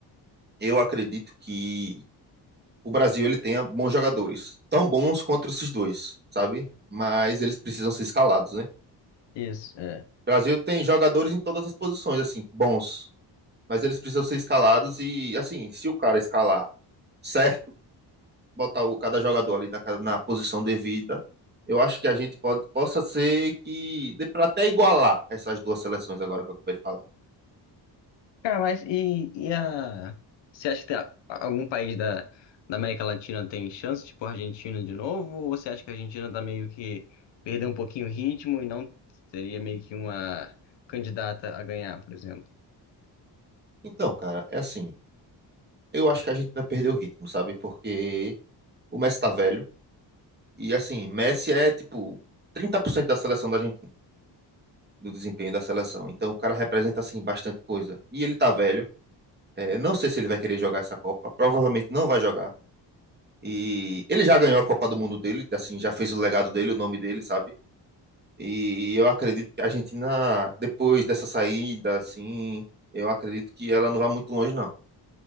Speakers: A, on the right; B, on the left.
A: eu acredito que o Brasil ele tenha bons jogadores, tão bons quanto esses dois, sabe? Mas eles precisam ser escalados, né?
B: Isso, é.
A: O Brasil tem jogadores em todas as posições, assim, bons, mas eles precisam ser escalados e, assim, se o cara escalar certo, botar o, cada jogador ali na, ca- na posição devida, eu acho que a gente pode, possa ser que dê para até igualar essas duas seleções agora que eu acabei de falar.
B: Cara, mas e, e a. Você acha que tem a- algum país da, da América Latina tem chance, tipo a Argentina de novo? Ou você acha que a Argentina tá meio que perdeu um pouquinho o ritmo e não seria meio que uma candidata a ganhar, por exemplo?
A: Então, cara, é assim, eu acho que a gente vai perder o ritmo, sabe? Porque o Messi tá velho. E assim, Messi é tipo 30% da seleção da Argentina, do desempenho da seleção. Então o cara representa assim bastante coisa. E ele tá velho. É, não sei se ele vai querer jogar essa Copa. Provavelmente não vai jogar. E ele já ganhou a Copa do Mundo dele, assim, já fez o legado dele, o nome dele, sabe? E eu acredito que a Argentina, depois dessa saída, assim, eu acredito que ela não vai muito longe, não.